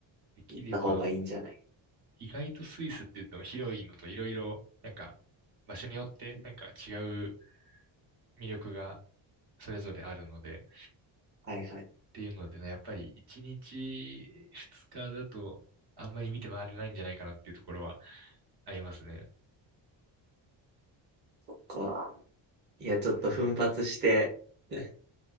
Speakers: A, on the right; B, on the right.
A: できれば、
B: 行った方がいいんじゃない
A: 意外とスイスって言っても広いのといろいろ、なんか、場所によって、
B: うん
A: なんか違う魅力がそれぞれあるので、
B: はいはい。
A: っていうのでね、やっぱり1日2日だとあんまり見て回れないんじゃないかなっていうところはありますね。
B: そっか、いや、ちょっと奮発して <laughs>